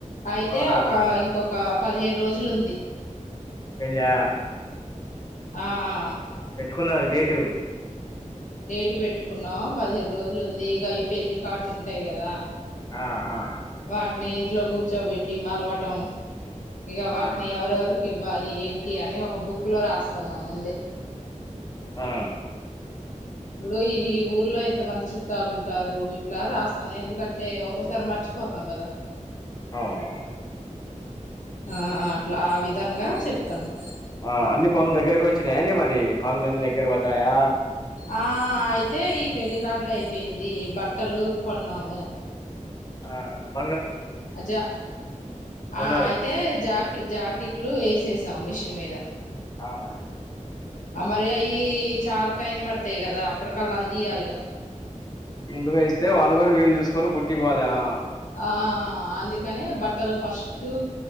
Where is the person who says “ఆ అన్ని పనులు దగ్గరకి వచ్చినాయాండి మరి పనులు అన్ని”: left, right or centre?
Left